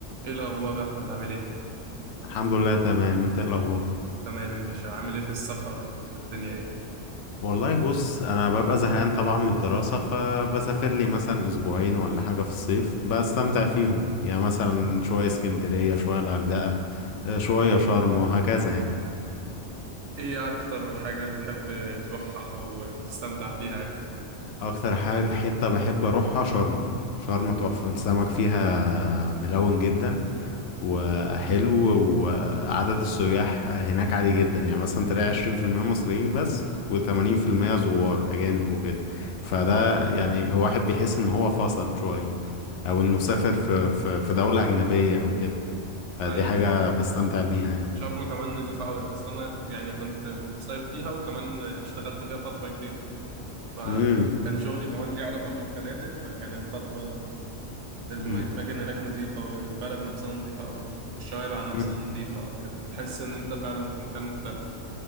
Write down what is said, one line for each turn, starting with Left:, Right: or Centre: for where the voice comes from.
Right: ايه الاخبار يا احمد عامل ايه
Left: الحمد لله تمام انت ايه الاخبار
Right: تمام يا باشا عامل ايه في السفر والدنيا ايه
Left: والله بص انا ببقى زهقان طبعا من الدراسة فبسافر لي مثلا اسبوعين ولا حاجة في الصيف بستمتع فيهم يعني مثلا شوية اسكندرية شوية الغردقة آه، شوية شرم وهكذا يعني
Right: ايه اكتر حاجه بتحب تروحها او بتستمتع فيها يعني
Left: اكتر حاجة حتة بحب اروحها شرم شرم تحفة السمك فيها ملون جدا وحلو وعدد السياح هناك عالي جدا يعني مثلا تلاقي عشرين في المية مصريين بس وثمانين في المية زوار أجانب وكده فده يعني واحد بيحس إن هو فصل شوية أو إنه سافر في في في دولة أجنبية أو كده فدي
Right: آه،
Left: حاجة بستمتع بيها يعني
Right: شرم كمان نضيفه قوي اصلا انا يعني كنت بصيف فيها وكمان اشتغلت فيها فتره كبيره فكان
Left: مم.
Right: شغلي كمان ليه علاقه بالفنادق فكانت فتره الم-
Left: مم.
Right: الاماكن هناك نظيفه والبلد نفسها نظيفه قوي والشوارع نفسها
Left: مم.
Right: نظيفه تحس ان انت فعلا في مكان مختلف